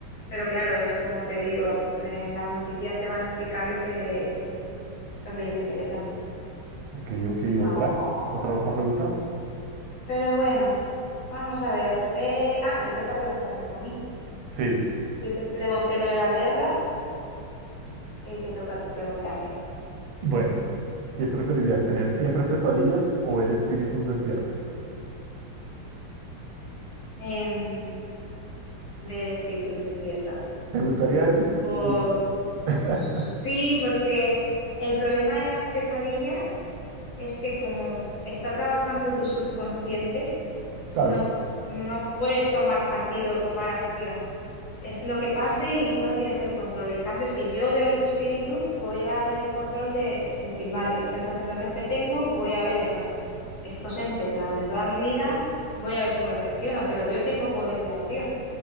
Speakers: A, on the left (about 50°); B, on the right (about 75°).
A: pero claro, es como te digo, eh, las noticias te van a explicar lo que, lo que les interesa,
B: ok, ok,
A: no,
B: otra, otra, otra pregunta.
A: pero bueno, vamos a ver, eh, ah, te toca preguntarme, Tommy,
B: Sí,
A: yo te pregunté lo de la guerra, y te toca tú preguntarme,
B: bueno, ¿qué preferirías, tener siempre pesadillas o ver espíritus despierta?
A: Em, del espíritus despierta,
B: ¿Te gustaría eso?
A: o
B: Uy. <laughs>
A: sí, porque... El problema de las pesadillas es que como está trabajando tu subconsciente,
B: Claro,
A: no, no puedes tomar partido, tomar acción. Es lo que pase y tú no tienes el control. En cambio, si yo veo a los espíritus, puedo llegar a tener el control de decir, vale, esta es la situación que tengo, voy a ver estas, estos entes durante toda mi vida, voy a ver cómo los gestiono, pero yo tengo poder de acción